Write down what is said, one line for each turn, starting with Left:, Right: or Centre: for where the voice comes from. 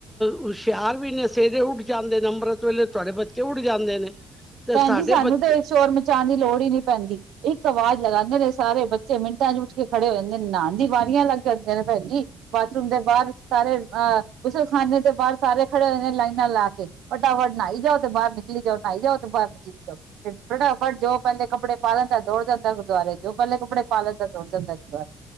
Centre: ਹੁਸ਼ਿਆਰ ਵੀ ਨੇ ਸਵੇਰੇ ਉੱਠ ਜਾਂਦੇ ਨੇ ਅੰਮ੍ਰਿਤ ਵੇਲੇ ਤੁਹਾਡੇ ਬੱਚੇ ਉੱਠ ਜਾਂਦੇ ਨੇ ਤੇ
Right: ਭੈਣ
Centre: ਸਾਡੇ
Right: ਜੀ ਸਾਨੂੰ
Centre: ਬੱਚੇ
Right: ਤਾਂ ਸੋਰ ਮਚਾਉਣ ਦੀ ਲੋੜ ਹੀ ਨਹੀ ਪੈਂਦੀ ਇੱਕ ਆਵਾਜ਼ ਲਗਾਉਂਦੇ ਨੇ ਸਾਰੇ ਬੱਚੇ ਮਿੰਟਾਂ ਚੱਠ ਕੇ ਖੜੇ ਹੋ ਜਾਂਦੇ ਨੇ ਨਹਾਉਣ ਦੀ ਵਾਰੀਆਂ ਲੱਗ ਜਾਂਦੀਆਂ ਨੇ ਭੈਣ ਜਜੀ ਬਾਥਰੂਮ ਦੇ ਬਾਹਰ ਸਾਰੇ ਅਹ ਗੁਸਲਖਾਨੇ ਦੇ ਬਾਹਰ ਸਾਰੇ ਖੜੇ ਹੋਦੇ ਨੇ ਲਾਈਨਾਂ ਲਾ ਕੇ ਫੱਟਾਫਟ ਨਹਾਈ ਜਾਓ ਤੇ ਬਾਹਰ ਨਿਕਲੀ ਜਾਓ ਨਾਈ ਜਾਓ ਨਵੀਂ ਜਾਓ ਫਿਰ ਫਟਾਫਟ ਜੋ ਪਹਿਲੇ ਕੱਪੜੇ ਪਾ ਲਣ ਤਾਂ ਦੌੜ ਜਾਂਦਾ ਗੁਰਦੁਆਰੇ ਜੋ ਪਹਿਲੇ ਕੱਪੜੇ ਪਾਲੈਦਾ ਦੌੜ ਜਾਂਦਾ ਗੁਰਦੁਆਰੇ।